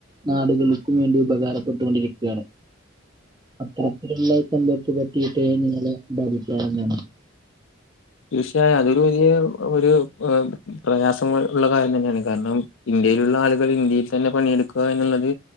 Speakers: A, on the right; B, on the left.
A: നാടുകൾക്കും വേണ്ടി ഉപകാരപ്പെട്ടുകൊണ്ടിരിക്കാണ് അത്തത്തിലുള്ളത് <unintelligible>
B: തീർച്ചയായും അതൊരു വലിയ ഒരു ഏഹ് പ്രയാസം ഉള്ള കാര്യം തന്നെയാണ് കാരണം? ഇന്ത്യയിലുള്ള ആളുകൾ ഇന്ത്യയിൽ തന്നെ പണിയെടുക്കുക എന്നുള്ളത്